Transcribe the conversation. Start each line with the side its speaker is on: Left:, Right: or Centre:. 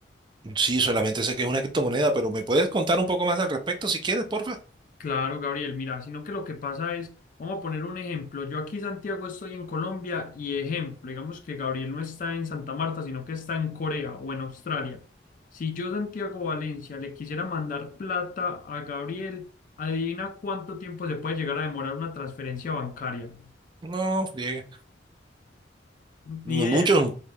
Right: Sí, solamente sé que es una criptomoneda, pero ¿me puedes contar un poco más al respecto si quieres, porfa?
Left: Claro, Gabriel, mira, sino que lo que pasa es, vamos a poner un ejemplo, yo aquí Santiago estoy en Colombia y ejemplo, digamos que Gabriel no está en Santa Marta, sino que está en Corea o en Australia. Si yo Santiago Valencia le quisiera mandar plata a Gabriel, adivina cuánto tiempo se puede llegar a demorar una transferencia bancaria.
Right: No, friegue. Muchos
Left: Ni